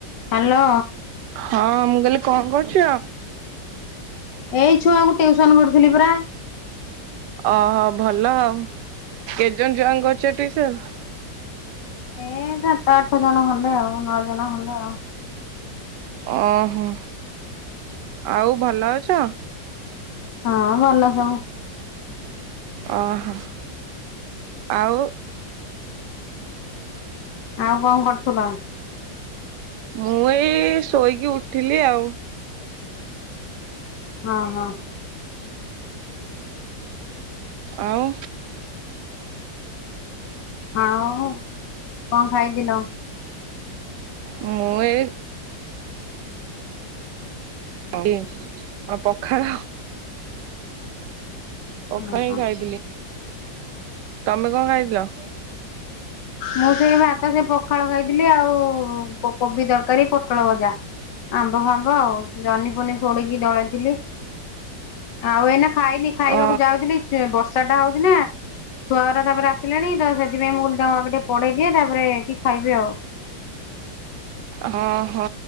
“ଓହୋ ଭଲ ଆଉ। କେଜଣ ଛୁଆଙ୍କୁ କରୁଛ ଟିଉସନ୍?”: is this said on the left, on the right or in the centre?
Right